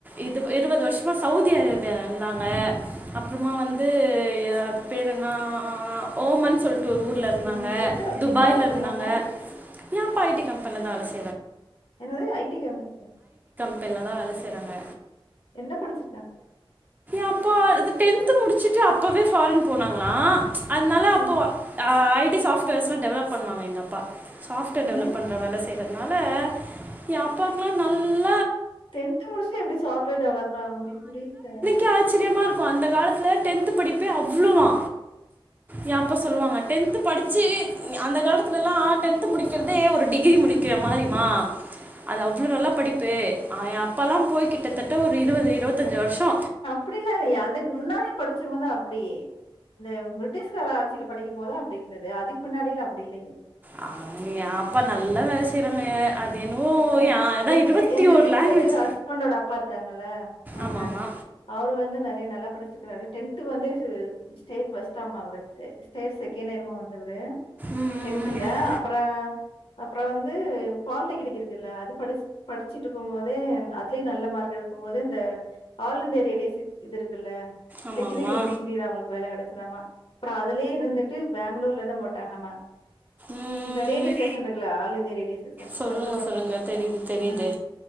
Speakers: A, on the right; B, on the left.
A: இ இருவது வருஷமா சவுதி இத்தி அரேபியாவில இருந்தாங்க அப்புறமா வந்து இது யார் பேர் என்னா ஓ மன் சொல்லிட் ஒரு ஊர்ல இருந்தாங்க
B: ம். எந்த
A: துபாயில
B: என்ன ஒர்க்
A: இருந்தாங்க
B: பண்ணாங்க?
A: ஏாப்பா ஐடி கம்பெனியில தான் வெலச
B: என்னது ஐடி கம்பெனி
A: இப்ப எல்லா தான் வேலை செய்றாங்க
B: என்ன படிச்சிருக்காங்க
A: எங்ப்பா டென்து முடிச்சுட்டு அப்பவே ஃபாரின் போனாங்களா அதனால அப்போ
B: அ.
A: அய்ட் ட்டி சாஃப்ட்வேர்ஸ் எல்லா டெவலப் பண்ணுவாங்க எங்கப்பா சாஃப்ட்வேர்
B: ம்.
A: டெவலப் பண்ற வேல இதுனால என் அப்பாக்கலாம் நல்ல
B: டென்த் முடிச்சுட்டு எப்டி சாஃப்ட்வேர் டெவலப்பர் ஆக முடியு புரியல
A: க்கே ஆச்சரியமா இருக்கு அந்த காலத்துல டென்த் படிப்பே அவ்ளோவா ஏன் அப்பா சொல்வாங்க டென்த் படிச்சி அந்த காலத்துல எல்லா டென்த் முடிக்கிறதே ஒரு டிகிரி முடிக்கிற மாரிம்மா அது அவ்ளோ நல்ல படிப்பு ஆ <unintelligible> அப்பாலாம் போய் கிட்டத்தட்ட ஒரு இருபது இருபத் த்தஞ்சு வருஷோ
B: அப்டில்லா இல்ல அதுக்கு முன்னாடி படிச்சவங்கதா அப்டி இந்த பிரிட்டிஷ்கார ஆட்சியில படிக்கும் போதுதான் அப்படி இருந்தது அதுக்கு முன்னாடியில அப்படி இல்லையே
A: ஆ ஏன் அப்பா நல்லா வேல செய்யறாங்க அது என்னவோ
B: அஹ்
A: எ அதா
B: எங்க
A: இருவத்தி
B: எங்க
A: ஒரு
B: வீட்டு
A: லாங்குவேஜ்
B: சைடு எங்க ஹஸ்பண்டோட அப்பா இருக்காங்கல்ல மாமனார்
A: ஆமாமா
B: அவரு வந்து நெறைய நல்லா படிச்சுருக்கிறாரு டென்த் வந்து சு ஸ்டேட் ஃபஸ்ட்டாமா அவரு ஸே ஸ்டேட் செகண்டோ என்னமோ வந்தவரு
A: ம் ம்
B: டென்த்துல
A: ம் ம்
B: அப்ற அப்ற வந்து பாலிடெக்னிக் இருக் ல்ல அது படிச் படிச்சுட்டு இருக்கும் போதே அதுலயு நல்ல மார்க் எடுக்கும் போது இந்த ஆல் இந்தியா ரேடியோ சி இது இருக்குல்ல
A: ஆமாமா
B: டெக்னிக்கல் இன்ஜீனியரா அவங்களுக்கு வேலை கெடைச்சு தாமா அப்றோ அதுலயே இருந்துட்டு பேங்ளூர்லதா போட்டாங்களாமா
A: ம்
B: இந்த ரேடியோ சேஷன் இருக்குல்ல ஆல் இந்தியா ரேடியோ ஸ்டேஷன்
A: சொல்லுங்க சொல்லுங்க
B: <unintelligible> பண்ணுவே
A: தெரியுது தெரியுது
B: ஆ